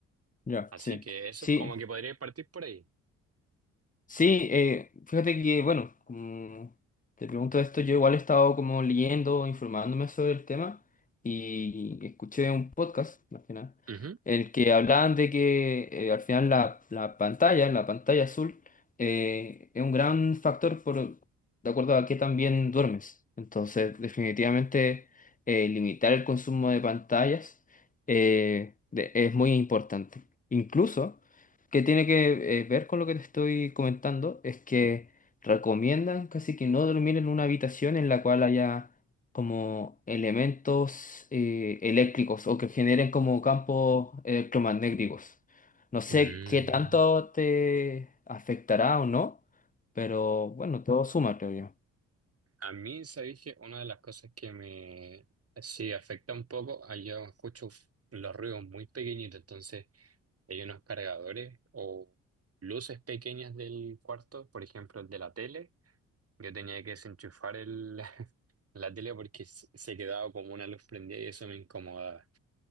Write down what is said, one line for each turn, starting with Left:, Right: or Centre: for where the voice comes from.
Left: Ya,
Right: Así
Left: sí.
Right: que eso
Left: Sí,
Right: es como que podría partir por ahí.
Left: Sí, eh, fíjate que, bueno, como te pregunto esto, yo igual he estado como leyendo, informándome sobre el tema y escuché un podcast, más que nada,
Right: Ujú.
Left: en el que hablaban de que eh, al final la, la pantalla, la pantalla azul, eh, es un gran factor por, de acuerdo a qué también duermes. Entonces, definitivamente, eh, limitar el consumo de pantallas eh, de- es muy importante. Incluso que tiene que eh, ver con lo que te estoy comentando es que recomiendan casi que no dormir en una habitación en la cual haya como elementos eh, eléctricos o que generen como campos electromagnéticos. No sé
Right: Mm.
Left: qué tanto te afectará o no, pero bueno, todo suma, creo yo.
Right: A mí, sabéis que una de las cosas que me sí afecta un poco, ah, yo escucho los ruidos muy pequeñitos, entonces hay unos cargadores o luces pequeñas del cuarto, por ejemplo, el de la tele Yo tenía que desenchufar el, <laughs> la tele porque se se quedaba como una luz prendida y eso me incomodaba.